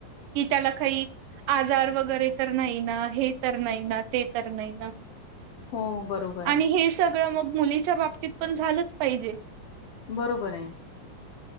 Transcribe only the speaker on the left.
हो बरोबर आहे
बरोबर आहे.